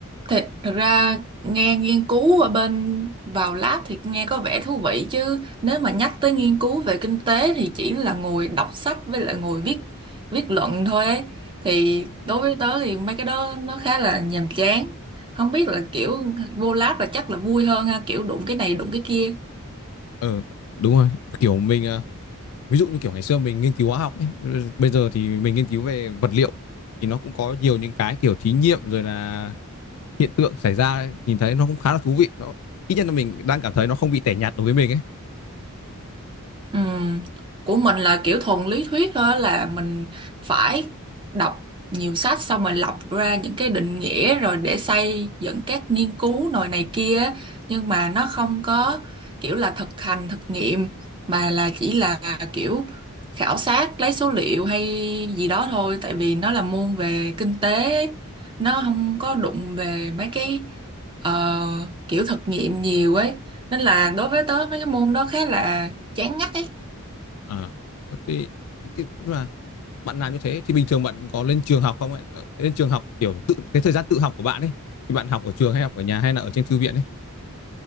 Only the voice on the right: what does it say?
Thật, thật ra nghe nghiên cứu ở bên vào lab thì nghe có vẻ thú vị chứ nếu mà nhắc tới nghiên cứu về kinh tế thì chỉ là ngồi đọc sách với lại ngồi viết viết luận thôi ấy. Thì đối với tớ thì mấy cái đó nó khá là nhàm chán. Không biết là kiểu vô lab là chắc là vui hơn ha, kiểu đụng cái này đụng cái kia.
Ừm, Của mình là kiểu thuần lý thuyết thôi là mình phải đọc nhiều sách xong rồi lọc ra những cái định nghĩa rồi để xây dựng các nghiên cứu nồi này kia á. nhưng mà nó không có kiểu là thực hành thực nghiệm mà là chỉ là kiểu khảo sát lấy số liệu hay gì đó thôi tại vì nó là môn về kinh tế ấy. nó không có đụng về mấy cái ờ, kiểu thực nghiệm nhiều ấy nên là đối với tớ mấy cái môn đó khá là chán ngắt ấy